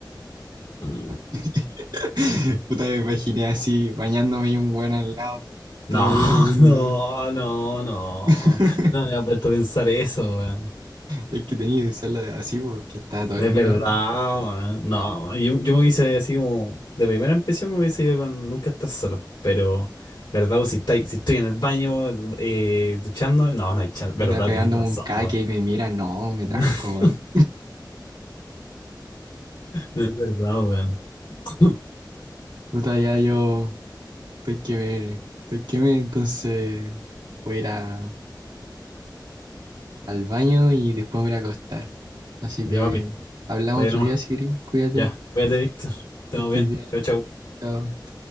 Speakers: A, on the left (about 80°); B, on the right (about 75°).
A: Mm,
B: <laughs>
A: <laughs>
B: Puta, me imaginé así, bañándome y un buen al lado,
A: No,
B: todo duro viendo.
A: no, no, no.
B: <laughs>
A: No me había puesto a pensar eso, weón.
B: Es que tenía que usarlo de- así, porque estaba todo
A: Es
B: el día,
A: verdad, weón. No, yo, yo me hubiese así como. De primera impresión me hubiese ido con nunca estar solo. Pero, ¿verdad? Pues si, estáis- si estoy en el baño eh, duchando, no, no hay chance.
B: puta,
A: ¿Verdad?
B: pegándome
A: Tenéis razón,
B: un caque
A: weón.
B: y me mira, no, me tranco,
A: <laughs>
B: weón.
A: No, es verdad, weón. <clears throat>
B: Puta, ya yo. Estoy que me, estoy que me, entonces voy a ir a- al baño y después me voy a ir a acostar. Así
A: Ya,
B: que
A: papi.
B: hablamos
A: Vaya
B: otro
A: nomás.
B: día, Siri. Cuídate,
A: Ya, cuídate, Víctor. Estamos
B: que estés
A: bien.
B: bien.
A: Chao, chao.
B: Chao.